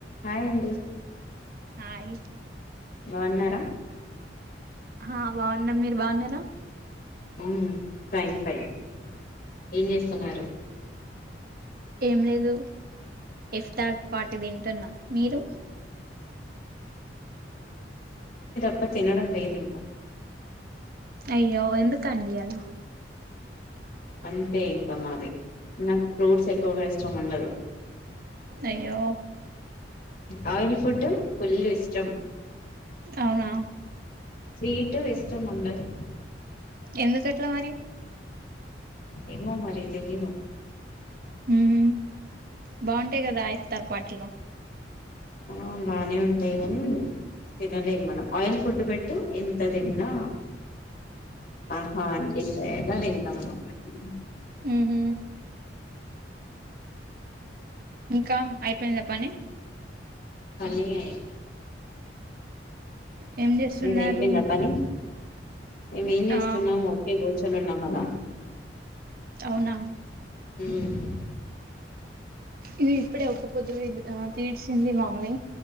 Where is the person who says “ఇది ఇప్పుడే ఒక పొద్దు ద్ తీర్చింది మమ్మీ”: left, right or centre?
Right